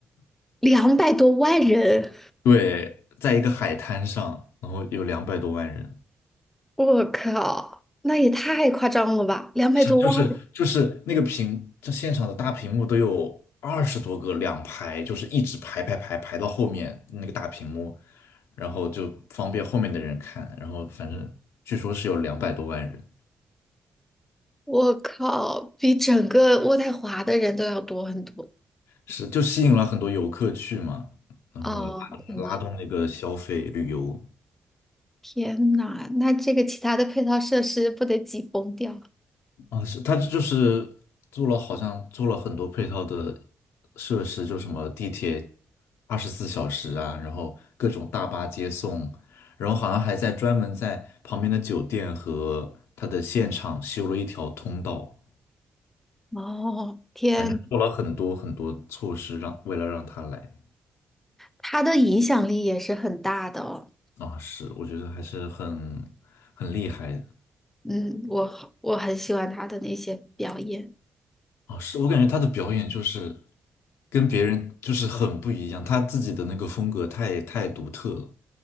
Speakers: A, in the centre; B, on the left.
A: 两百多万人，
B: 对，在一个海滩上，然后有两百多万人，
A: 我靠，那也太夸张了吧！两百多万人，
B: 是就是就是那个屏，这现场的大屏幕都有二十多个，两排，就是一直排排排排到后面那个大屏幕，然后就方便后面的人看，然后反正据说是有两百多万人。
A: 我靠，比整个渥太华的人都要多很多。
B: 是就吸引了很多游客去嘛，然后拉
A: 哦，我的
B: 拉动那个消费旅游
A: 天呐，那这个其他的配套设施不得挤崩掉？
B: 啊，是他就是做了好像做了很多配套的设施，就什么地铁二十四小时啊，然后各种大巴接送，然后好像还在专门在旁边的酒店和他的现场修了一条通道，
A: 哦，天。
B: 反正做了很多很多措施让为了让他来
A: 他的影响力也是很大的哦。
B: 啊，是我觉得还是很很厉害的。
A: 嗯，我好我很喜欢他的那些表演，
B: 哦，是我感觉他的表演就是跟别人就是很不一样，他自己的那个风格太太独特了，